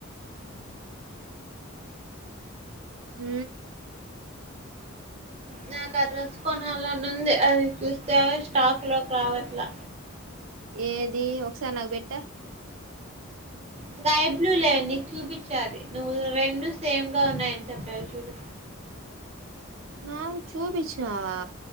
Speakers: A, on the right (about 70°); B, on the right (about 30°).
A: ఊ
B: నాకు ఆ డ్రెస్ కొనాలనుంది అది చూస్తే స్టాక్ లో రావట్లా
A: ఏదీ ఒకసారి నాకు బెట్ట
B: స్కై బ్లూ లే నీకు చూపిచ్చా అది నువ్వు రెండు సేమ్ గా ఉన్నాయని చెప్పావ్ చూడు
A: నాగు చూపిచ్చావా